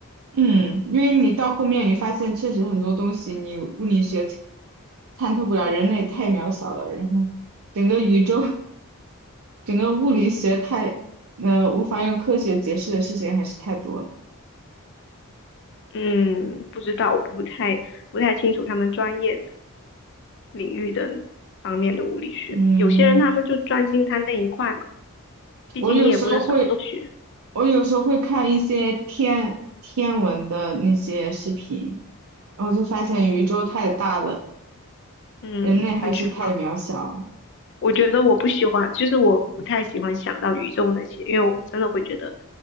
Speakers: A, on the right; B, on the left.
A: 嗯，因为你到后面你发现确实很多东西你物理学参参透不了，人类太渺小了，然后整个宇宙 <laughs> 整个物理学太，呃，无法用科学解释的事情还是太多了。
B: 嗯，不知道，我不太不太清楚他们专业的领域的方面的物理学。
A: 嗯，
B: 有些人他们就专心他那一块嘛，毕竟你也不能什么都学。
A: 我有时候会，我有时候会看一些天天文的那些视频，然后就发现宇宙太大了，
B: 嗯，嗯很绝望。
A: 人类还是太渺小了
B: 我觉得我不喜欢，就是我不太喜欢想到宇宙那些，因为我真的会觉得